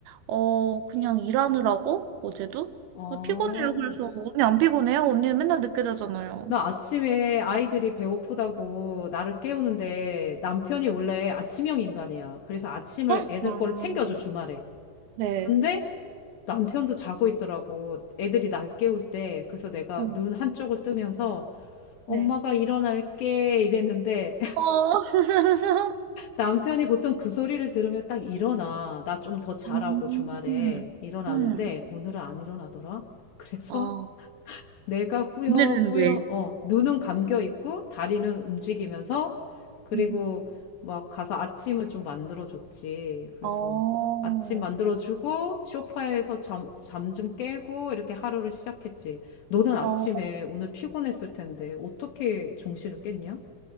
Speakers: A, on the right; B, on the left.
A: 어, 그냥 일하느라고, 어제도?
B: 아,
A: 어, 피곤해요, 그래서. 언니 안 피곤해요? 언니는 맨날 늦게 자잖아요.
B: 나 아침에 아이들이 배고프다고 나를 깨우는데 남편이 원래 아침형 인간이야. 그래서 아침을
A: 아,
B: 애들 거를 챙겨줘, 주말에.
A: 네.
B: 근데 남편도 자고 있더라고. 애들이 날 깨울 때. 그래서 내가
A: 어,
B: 눈 한쪽을 뜨면서 엄마가
A: 네.
B: 일어날게 이랬는데 <laughs>
A: 어. <laughs>
B: 남편이 보통 그 소리를 들으면 딱 일어나. 나 좀 더 자라고
A: 음,
B: 주말에
A: 음.
B: 일어나는데
A: 음.
B: 오늘은 안 일어나더라. 그래서
A: 어,
B: 내가 꾸역꾸역,
A: 오늘은 왜?
B: 어, 눈은 감겨 있고, 다리는 움직이면서, 그리고
A: 음.
B: 막 가서 아침을 좀 만들어줬지. 그래서
A: 어,
B: 아침 만들어주고, 소파에서 잠, 잠 좀 깨고, 이렇게 하루를 시작했지. 너는 아침에
A: 어.
B: 오늘 피곤했을 텐데, 어떻게 정신을 깼냐?